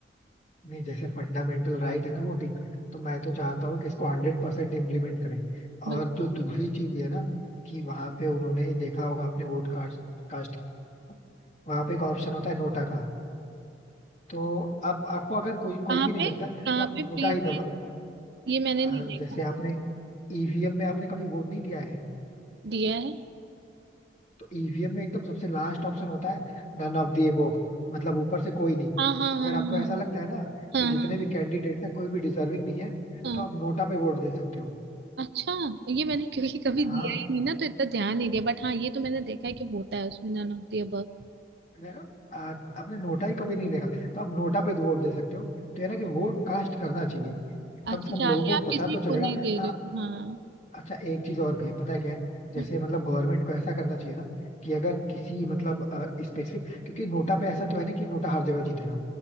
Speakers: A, on the left; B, on the right.
A: नहीं जैसे फंडामेंटल राइट है ना वोटिंग तो मैं तो चाहता हूँ कि इसको हंड्रेड परसेंट इम्प्लीमेंट करें
B: बिल्कुल।
A: और जो दूसरी चीज है ना कि वहां पे उन्होंने देखा होगा आपने वोट कास्ट कास्ट वहां पे एक ऑप्शन होता है नोटा का तो आप आपको अगर कोई
B: कहाँ
A: कोई भी नहीं
B: पे
A: लगता
B: कहाँ
A: तो आप
B: पे
A: नोटा
B: प्लीज
A: ही दबा
B: ये मैंने नहीं
A: अ,
B: देखा
A: जैसे आपने ईवीएम में आपने कभी वोट नहीं दिया है
B: दिया है
A: तो ईवीएम में एकदम सबसे लास्ट ऑप्शन होता है नन ऑफ दी एबोव मतलब ऊपर से कोई नहीं
B: हाँ हाँ
A: अगर
B: हाँ
A: आपको ऐसा लगता है ना
B: हाँ
A: कि
B: हाँ
A: जितने
B: हाँ हाँ हाँ
A: भी कैंडिडेट है कोई भी डिजर्विंग नहीं है
B: हाँ। हाँ।
A: तो आप नोटा पे वोट दे सकते हो
B: अच्छा ये मैंने क्योंकि कभी
A: हाँ
B: दिया ही नहीं ना तो इतना ध्यान नहीं दिया बट हाँ ये तो मैंने देखा है कि होता है उसमें नन ऑफ द अबव
A: देखा? आ- आपने नोटा ही कभी नहीं देखा तो आप नोटा पे वोट दे सकते हो तो है ना कि वोट कास्ट करना चाहिए कम
B: अच्छा
A: से
B: चाहे
A: कम लोगों को
B: आप
A: पता
B: किसी
A: तो चलेगा
B: को नहीं दे
A: हाँ
B: रहे हो हाँ
A: अच्छा एक चीज और भी है पता है क्या है जैसे
B: हम्म
A: मतलब गवर्नमेंट को ऐसा करना चाहिए ना कि अगर किसी मतलब स्पेसिफिक क्योंकि नोटा पे ऐसा तो है ना कि नोटा हर जगह जीतेगा